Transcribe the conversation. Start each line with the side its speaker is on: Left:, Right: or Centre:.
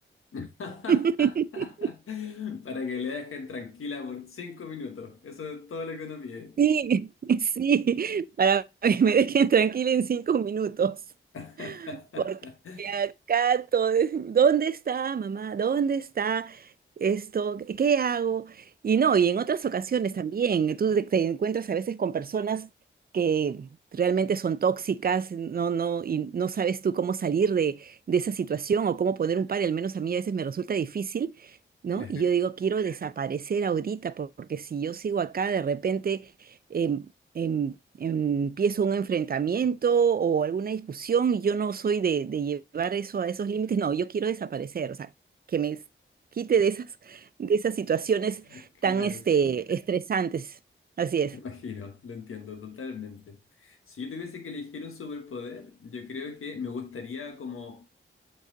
Left: <laughs>
Right: <laughs>
Left: Para que le dejen tranquila por cinco minutos. Eso es todo lo que uno pide.
Right: Sí, sí, para que me dejen tranquila en cinco minutos.
Left: <laughs>
Right: Porque acá todo es, ¿dónde está mamá? ¿Dónde está esto? ¿Qué hago? Y no, y en otras ocasiones también, tú te, te encuentras a veces con personas que realmente son tóxicas, no, no, y no sabes tú cómo salir de, de esa situación o cómo poner un par, y al menos a mí a veces me resulta difícil, ¿no?
Left: Claro,
Right: Y yo digo, quiero desaparecer ahorita, por- porque si yo sigo acá, de repente eh, em- empiezo un enfrentamiento o alguna discusión y yo no soy de, de llevar eso a esos límites, no, yo quiero desaparecer, o sea, que me s- quite de esas, de esas situaciones
Left: <laughs> claro.
Right: tan este, estresantes. Así es.
Left: Me imagino, lo entiendo totalmente. Si yo tuviese que elegir un superpoder, yo creo que me gustaría como